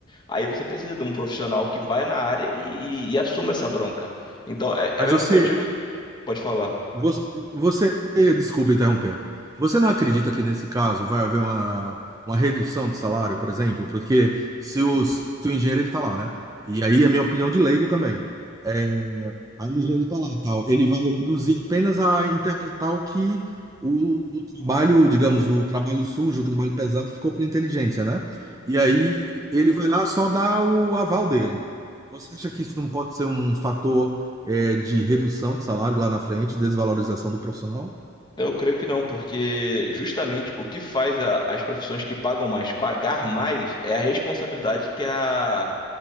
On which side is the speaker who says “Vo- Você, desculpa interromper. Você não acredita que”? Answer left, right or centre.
Right